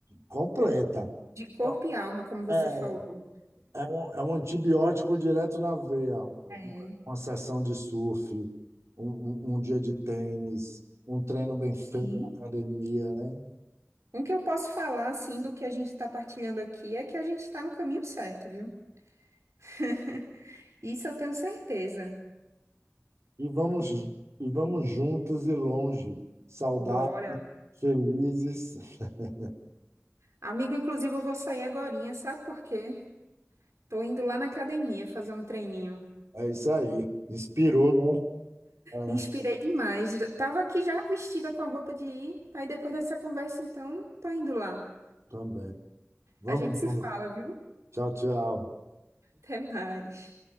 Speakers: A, on the right; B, on the right.
A: completa.
B: De corpo
A: É
B: e alma, como você
A: é,
B: falou.
A: é um, é um antibiótico direto na veia.
B: é,
A: Uma sessão de surf, um, um- um dia de tênis, um treino bem feito
B: sim.
A: na academia, né?
B: Um que eu posso falar, assim, do que a gente está partilhando aqui é que a gente está no caminho certo, viu? <laughs> Isso eu tenho certeza.
A: E vamos, e vamos juntos e longe, saudáveis,
B: Bora.
A: felizes. <laughs>
B: Amigo, inclusive, eu vou sair agorinha, sabe por quê? Tô indo lá na academia fazer um treininho.
A: É isso aí. Inspirou, né?
B: Inspirei
A: É.
B: demais. Já- Tava aqui já vestida com a roupa de ir. Aí depois dessa conversa, então, tô indo lá.
A: Também. Vamos
B: A gente se
A: junto.
B: fala, viu?
A: Tchau, tchau.
B: Até mais.